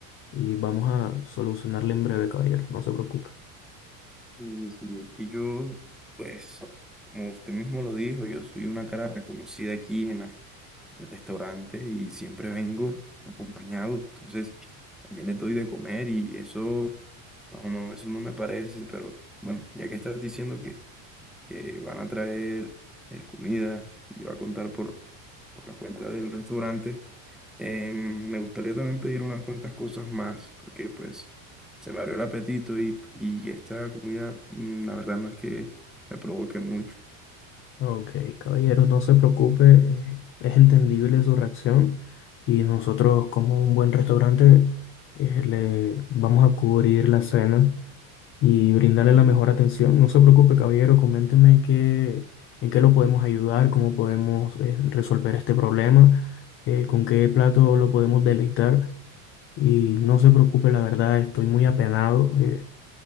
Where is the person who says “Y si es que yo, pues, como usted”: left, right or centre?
Centre